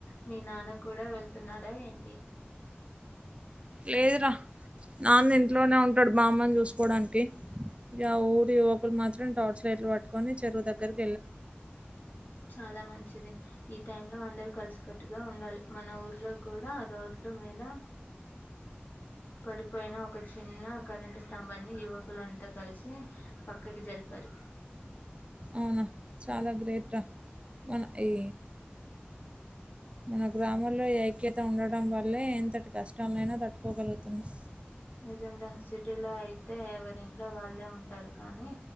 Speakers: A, on the left; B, on the right.
A: మీ నాన్న కూడా వెళ్తున్నారా ఏంటి
B: లేదురా నాన్న ఇంట్లోనే ఉంటాడు బామ్మని జూసుకోవడానికి ఇగ ఊరి యువకులు మాత్రం టార్చ్ లైట్లు పట్టుకొని చెరువు దగ్గరకి
A: చాలా మంచిదె ఈ టైమ్ లో అందరు కలిసికట్టుగా ఉండాలి మన ఊర్లో కూడా రోడ్లు మీద పడిపోయిన ఒక చిన్న కరెంట్ స్తంభాన్ని యువ కులంతా కలిసి పక్కకి జరిపారు
B: అవునా చాలా గ్రేట్ రా మన ఈ మన గ్రామాల్లో ఈ ఐక్యత ఉండడం వల్లే ఎంతటి కష్టాల్నైనా తట్టుకోగలుగుతున్నాం
A: నిజంగా సిటీ లో అయితే ఎవరింట్లో వాళ్ళే ఉంటారు కానీ